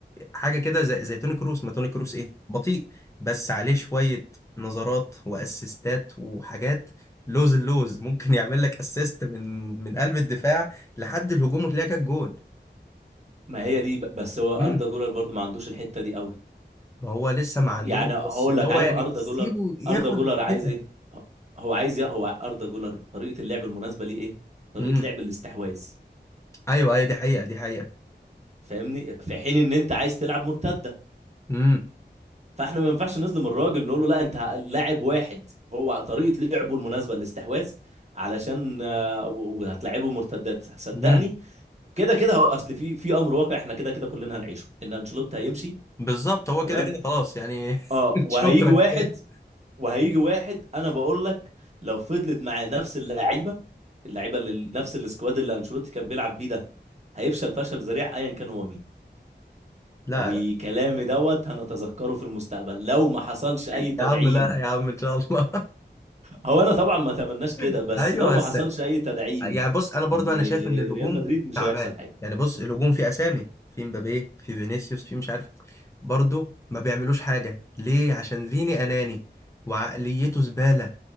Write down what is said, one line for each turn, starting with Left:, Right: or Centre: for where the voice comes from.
Left: حاجه كده زي زي توني كروس ما توني كروس ايه بطيء بس عليه شويه نظرات واسيستات وحاجات لوز اللوز ممكن <laughs> يعمل لك اسيست من من قلب الدفاع لحد الهجوم وتلاقي جت جون
Right: ما هي دي ب- بس هو أردا
Left: امم
Right: جولر برضه ما عندوش الحته دي قوي
Left: ما هو لسه ما عندوش
Right: يعني هقول
Left: بس اللي
Right: لك
Left: هو
Right: عارف
Left: يعني
Right: اردا
Left: سيبه
Right: جولر
Left: ياخد
Right: اردا جولر عايز
Left: كده
Right: ايه هو عايز ي... هو اردا جولر طريقه اللعب المناسبه ليه ايه طريقه
Left: امم
Right: لعب الاستحواذ
Left: ايوه ايوه دي حقيقه دي حقيقه
Right: فاهمني في حين ان انت عايز تلعب مرتده
Left: امم
Right: فاحنا ما ينفعش نظلم الراجل نقول له لا انت لاعب واحد هو طريقه لعبه المناسبه الاستحواذ علشان آه، و- وهتلعبه مرتدات صدقني
Left: امم
Right: كده كده هو- اصل في في امر واقع احنا كده كده كلنا هنعيشه ان انشيلوتي هيمشي
Left: بالظبط هو
Right: تمام
Left: كده كده خلاص يعني
Right: اه
Left: <laughs>
Right: وهيجي
Left: شكرا
Right: واحد
Left: كده
Right: وهيجي واحد انا بقول لك لو فضلت معاه نفس اللعيبه اللعيبه اللي نفس السكواد اللي انشيلوتي كان بيلعب بيه ده هيفشل فشل ذريع ايا كان هو مين
Left: لا
Right: وكلامي
Left: لا
Right: دوت هنتذكره في المستقبل لو ما حصلش اي
Left: يا
Right: تدعيم
Left: عم لا يا عم ان شاء الله
Right: هو انا طبعا ما اتمناش كده
Left: <laughs>
Right: بس
Left: ايوه
Right: لو ما
Left: بس
Right: حصلش اي تدعيم
Left: يعني بص انا برضو
Right: لريال
Left: انا شايف ان الهجوم
Right: مدريد مش
Left: تعبان
Right: هيحصل حاجه
Left: يعني بص الهجوم فيه اسامي في مبابي في فينيسيوس في مش عارف برضو ما بيعملوش حاجه ليه عشان فيني اناني وعقليته زباله